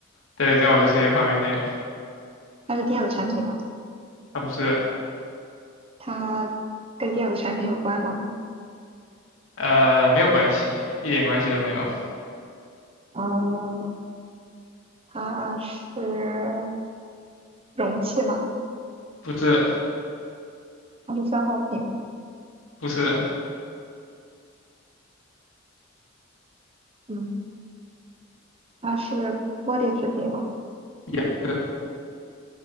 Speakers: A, on the left; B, on the right.
A: 对，在我的视野范围内，
B: 它是电子产品吗？
A: 它不是，
B: 它跟电子产品有关吗？
A: 呃，没有关系，一点关系都没有。
B: 嗯，它是容器吗？
A: 不是，
B: 它是消耗品吗？
A: 不是，
B: 嗯，它是玻璃制品吗？
A: 也不是，